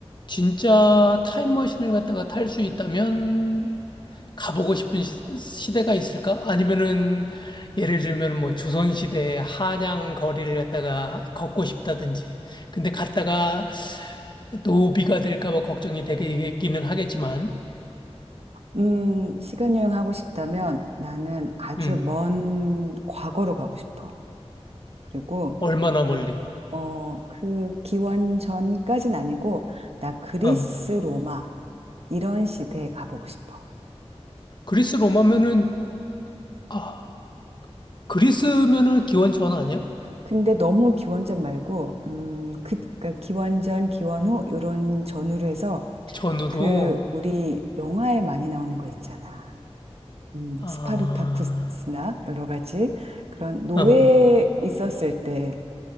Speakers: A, on the left; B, on the right.
A: 진짜 타임머신을 갖다가 탈 수 있다면 가보고 싶은 시, 대가 있을까? 아니면은 예를 들면 뭐 조선시대 한양 거리를 갖다가 걷고 싶다든지. 근데 갔다가 노비가 될까 봐 걱정이 되기는 하겠지만,
B: 음, 시간 여행하고 싶다면 나는 아주
A: 음,
B: 먼 과거로 가고 싶어. 그리고,
A: 얼마나 멀리.
B: 어, 그 기원 전까진 아니고, 나 그리스,
A: 어.
B: 로마, 이런 시대에 가보고 싶어.
A: 그리스 로마면은, 아, 그리스면은 기원 전 아니야?
B: 근데 너무 기원전 말고, 음, 그, 그 기원전, 기원 후, 요런 전후로 해서,
A: 전으로,
B: 그, 우리 영화에 많이 나오는 거 있잖아. 음,
A: 아,
B: 스파르타쿠스나 여러 가지 그런 노예
A: 어,
B: 있었을 때,